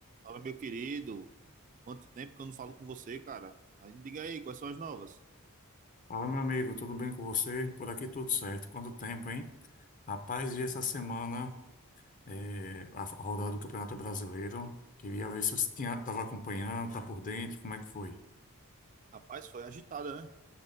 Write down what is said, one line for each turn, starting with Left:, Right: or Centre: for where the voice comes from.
Right: Fala, meu querido. Quanto tempo que eu não falo com você, cara? Aí me diga aí, quais são as novas?
Left: Fala, meu amigo, tudo bem com você? Por aqui tudo certo. Quanto tempo, hein? Rapaz, vi essa semana eh, a a rodada do Campeonato Brasileiro. Queria ver se você tinha, estava acompanhando, tá por dentro, como é que foi?
Right: Rapaz, foi agitada, né?